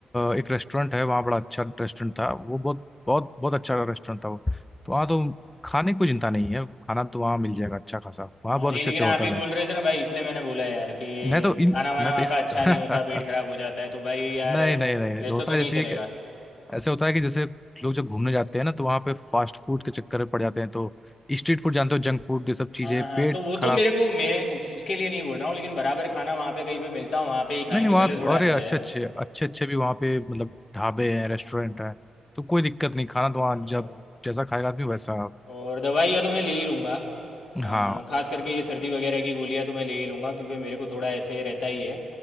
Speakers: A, on the left; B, on the left.
A: अ, एक रेस्टोरेंट है वहाँ बड़ा अच्छा रेस्टोरेंट था वो बहुत बहुत बहुत अच्छा रेस्टोरेंट था वो तो वहाँ तो खाने की कोई चिंता नहीं है खाना तो वहाँ मिल जाएगा अच्छा खासा वहाँ
B: हाँ,
A: बहुत
B: नहीं
A: अच्छे
B: लेकिन
A: अच्छे
B: आप
A: होटल
B: ही बोल
A: हैं
B: रहे थे ना भाई इसलिए मैंने बोला यार कि
A: मैं तो इन
B: खाना वाना
A: मैं
B: वहाँ
A: तो इस
B: का अच्छा नहीं होता पेट खराब
A: <laughs>
B: हो जाता है तो भाई यार
A: नहीं नहीं नहीं
B: वैसे
A: होता
B: तो
A: है
B: नहीं
A: जैसे
B: चलेगा
A: ये कि ऐसे होता है कि जैसे लोग जब घूमने जाते हैं ना तो वहाँ पे फास्ट फूड के चक्कर में पड़ जाते हैं तो स्ट्रीट फूड जानते हो जंक फूड ये सब चीजें
B: हाँ हाँ
A: पेट
B: तो वो
A: खराब
B: तो मेरे को मैं उस, उसके लिए नहीं बोल रहा हूँ लेकिन बराबर खाना वहाँ पे कहीं पे मिलता हूँ वहाँ पे ही खाएंगे
A: नहीं नहीं वहाँ
B: भले
A: तो
B: थोड़ा
A: अरे
B: हो
A: अच्छे
B: जाए
A: अच्छे अच्छे अच्छे भी वहाँ पे मतलब ढाबे हैं रेस्टोरेंट
B: हाँ हाँ,
A: हैं तो कोई दिक्कत नहीं खाना तो वहाँ
B: हाँ
A: जब
B: भाई
A: जैसा खाएगा आदमी वैसा
B: और दवाइयाँ तो मैं ले ही लूँगा अ,
A: हाँ
B: खास करके ये सर्दी वगैरह की गोलियाँ तो मैं ले ही लूँगा क्योंकि मेरे को थोड़ा ऐसे रहता ही है